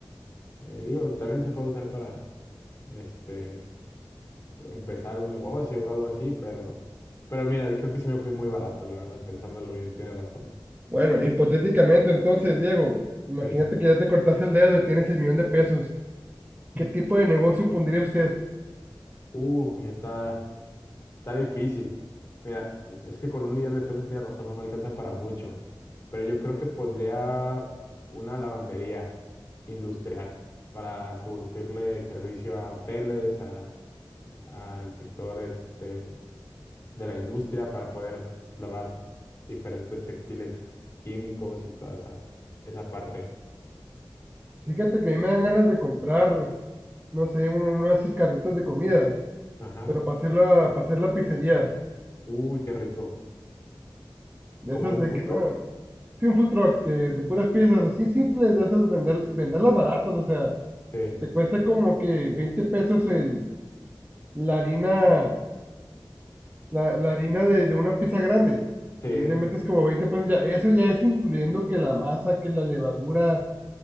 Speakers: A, on the left; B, on the right.
A: Eh, digo, también se puede usar para, este, empezar un negocio o algo así, pero, pero mira, creo que sí me fui muy barato, la verdad, pensándolo bien, tienes razón.
B: Bueno, hipotéticamente entonces, Diego, imagínate
A: Sí.
B: que ya te cortaste el dedo y tienes el millón de pesos. ¿Qué tipo de negocio pondría usted?
A: Uy, está, está difícil. Mira, es que con un millón de pesos tienes razón, no me alcanza para mucho, pero yo creo que pondría una lavandería industrial para surtirle servicio a hoteles, a, al sector este, de la industria, para poder lavar diferentes textiles químicos y toda esa, esa parte.
B: Fíjate que a mí me dan ganas de comprar, no sé, uno, uno de esos carritos de comida,
A: Ajá.
B: pero para hacer la, para hacer la pizzería.
A: Uy, qué rico.
B: De
A: Como
B: esas
A: un
B: de
A: food
B: que,
A: truck.
B: no, sí, un food truck de, de puras piezas, así simples, de esas vender, y venderlas baratas, o sea,
A: Sí,
B: te cuesta como que 20 pesos el, la harina la, la harina de, de una pizza grande.
A: sí,
B: Ahí
A: eh,
B: le metes como 20 pesos. Ya, eso ya es incluyendo que la masa, que la levadura,